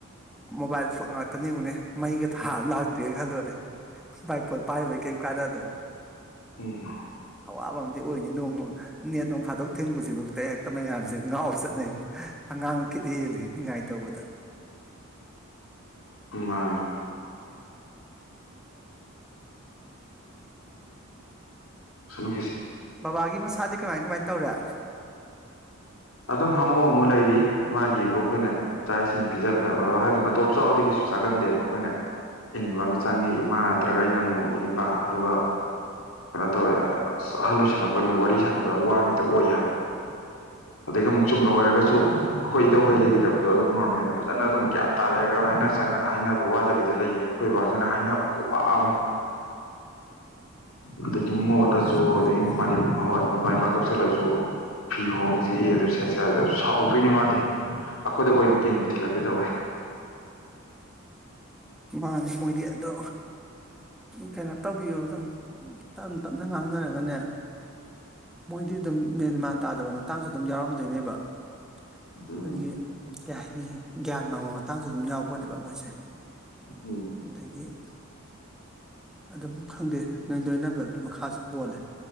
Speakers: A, in the centre; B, on the left.
A: ꯃꯣꯕꯥꯏꯜ ꯉꯥꯛꯇꯅꯤ ꯌꯦꯡꯉꯛꯅꯦ ꯃꯩꯒ ꯊꯥꯕ ꯂꯥꯛꯇꯦ ꯈꯜꯂꯗꯤꯦ ꯥꯏ ꯐꯣꯜ ꯄꯥꯏꯔ ꯀ ꯀꯥꯟ
B: ꯍ ꯍ
A: ꯑꯋꯥꯕ ꯑꯃꯗꯤ ꯑꯣꯏꯅꯤ ꯅꯣꯡ ꯅꯦꯠ ꯅꯨꯡ ꯐꯥꯗꯣꯛ ꯊꯤꯡꯕꯁꯤꯐꯥꯎꯗ ꯍꯦꯛꯇ ꯃꯌꯥꯝꯁꯦ ꯉꯥꯎ ꯆꯠꯅꯩ ꯑꯉꯥꯡ ꯀꯦꯠꯍꯦꯜꯜꯂꯤꯅꯤꯡꯉꯥꯏ ꯇꯧꯕꯗ
B: ꯃꯥ ꯁꯂ
A: ꯕꯕꯥꯒꯤ ꯃꯁꯥꯗꯤ ꯀꯃꯥꯏ ꯀꯃꯥꯏ ꯇꯧꯔꯦ
B: ꯑꯗꯨꯝ ꯍꯥꯃꯨ ꯍꯥꯃꯨ ꯂꯩꯔꯤ ꯃꯥꯒꯤꯕꯨ ꯑꯩꯈꯣꯏꯅ ꯆꯥꯛ ꯏꯁꯤꯡ ꯄꯤꯖ ꯍꯥꯏꯕꯗꯤ ꯃꯇꯣꯞ ꯆꯥꯎꯕꯗꯤ ꯀꯩꯁꯨ ꯆꯥꯒꯟꯗꯦꯕ ꯑꯩꯈꯣꯏꯅ ꯏꯟꯕ ꯑꯃ ꯆꯪꯉꯤ ꯏꯃꯥ ꯅꯠꯇ꯭ꯔꯒ ꯑꯩꯅ ꯑꯃꯨꯛ ꯏꯟꯕ ꯑꯗꯨꯒ ꯧꯋ ꯑꯍꯜ ꯑꯣꯏꯁꯜꯂꯛꯄꯅꯤꯅ ꯋꯥꯔꯤ ꯁꯥꯟꯅꯕ ꯌꯥꯝ ꯋꯥꯕꯤꯗ ꯑꯣꯏ ꯍꯥꯏꯕ ꯑ ꯆꯨꯝꯅ ꯑꯣꯏꯔꯒꯁꯨ
A: ꯃꯥꯅꯦ
B: ꯑꯩꯈꯣꯏ ꯏꯗꯧꯍꯣꯏ ꯂꯩꯈꯤꯗꯕ ꯑꯗꯨ ꯑꯗꯨꯣꯔꯃꯃꯦꯅ ꯐꯖꯅ ꯑꯗꯨꯝ ꯒ꯭ꯌꯥꯟ ꯇꯥꯜꯂꯦꯒ ꯍꯥꯏꯅ ꯆꯪꯉꯦ ꯍꯥꯏꯅꯕ ꯋꯥꯗꯕꯤꯗ ꯂꯩꯒ ꯑꯩꯈꯣꯏ ꯕꯥꯖꯅ ꯍꯥꯏꯅꯕ ꯈꯣꯛ ꯋꯥ ꯑꯃ ꯑ ꯃꯣꯠꯂꯁꯨ
A: ꯑꯍꯟ ꯑꯣꯏꯔꯛꯄꯩꯅꯤ
B: ꯑꯗꯨꯗꯒꯤ ꯃꯄꯥꯟꯋꯥꯠꯄ ꯃꯥꯏ ꯃꯥꯡꯗꯧꯁꯤꯜꯂꯁꯨ ꯐꯤ ꯍꯣꯡꯁꯤ ꯑꯗꯨ ꯁꯦ ꯁꯥꯎꯗꯣꯏꯅꯦ ꯃꯥꯗꯤ ꯑꯩꯈꯣꯏꯗ ꯀ ꯑꯣꯏꯅ ꯀꯤꯟꯕ ꯊꯤꯜꯂꯛꯀꯦ ꯇꯧꯋꯦ
A: ꯃꯥꯅꯦꯅꯤ ꯃꯣꯏꯗꯤꯌꯥꯗ ꯀꯩꯅꯣ ꯇꯧꯕꯤꯌꯣ ꯑꯗꯨꯝ ꯇꯞ ꯇꯞꯅ ꯉꯥꯡꯅꯔꯒꯅꯦ ꯃꯣꯏꯗꯤ ꯑꯗꯨꯝ ꯃꯦꯟꯃꯥꯔ ꯇꯥꯗꯕ ꯃꯇꯥꯡꯁꯨ ꯑꯗꯨꯝ ꯌꯥꯎꯔꯝꯦ ꯑꯗꯨꯅꯦꯕ ꯑꯩꯈꯣꯏꯒꯤ
B: ꯎꯝ
A: ꯀꯩ ꯍꯥꯏꯅꯤ ꯒ꯭ꯌꯥꯟ ꯃꯥꯡꯕ ꯃꯇꯥꯡꯁꯨ ꯑꯗꯨꯝ ꯌꯥꯎꯕꯅꯦꯕ ꯃꯣꯏꯁꯦ
B: ꯎꯝ
A: ꯑꯗꯨꯗꯒꯤ <inaudible> ꯑꯗꯨꯝ ꯈꯪꯗꯦ ꯅꯣꯏ ꯇꯣꯏꯅꯕꯒꯤ ꯃꯈꯥꯁꯨ ꯄꯣꯜꯂꯦ